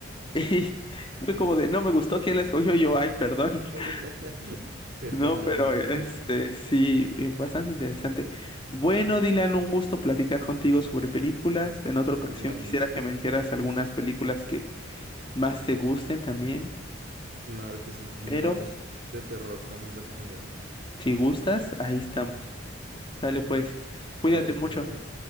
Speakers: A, on the left (about 25°); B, on the right (about 50°).
A: <laughs> Y fue como de, no me gustó quién la escogió, Y yo, ay, perdón.
B: <laughs>
A: <laughs>
B: Perdón,
A: No,
B: ya
A: pero
B: no vuelvo
A: este,
B: a decir.
A: sí, eh, bastante interesante. Bueno, Dylan, un gusto platicar contigo sobre películas. En otra ocasión
B: Igualmente,
A: quisiera que me dijeras algunas películas que más te gusten también,
B: claro que sí. Y
A: pero
B: miramos de terror también recomendaciones.
A: si
B: <laughs>
A: gustas, ahí estamos. Dale pues,
B: Vale,
A: cuídate mucho.
B: cuídate.